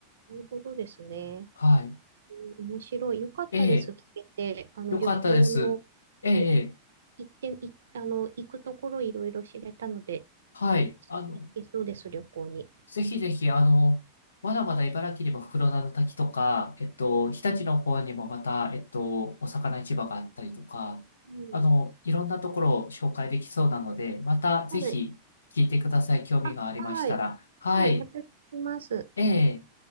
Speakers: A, on the right (about 65°); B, on the left (about 70°).
A: るほどですね。
B: はい。
A: うん面白い。よかったです。
B: ええ、
A: 聞けて。あの、
B: よかったです。
A: 旅行の、
B: ええ、ええ
A: い、行って、い、あの、行くところいろいろ知れたので、
B: はい。
A: 行き行けそうです、
B: あの、
A: 旅行に。
B: ぜひぜひ、あの、まだまだ茨城にも袋田の滝とか、えっと、日立の方にもまた、えっと、お魚市場があったりとか、
A: うん、
B: あの、いろんなところを紹介できそうなので、またぜひ聞いてください。
A: はい。
B: 興味がありましたら。
A: あ、はい。
B: はい。
A: はい。また来ます。
B: ええ。